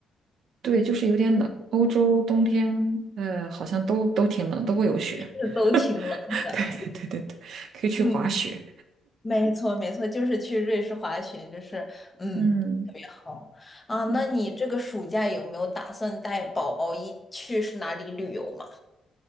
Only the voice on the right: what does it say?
对，就是有点冷。欧洲冬天，呃，好像都都挺冷，都会有雪。
<laughs> 对对对对对，可以去滑雪。
嗯
嗯，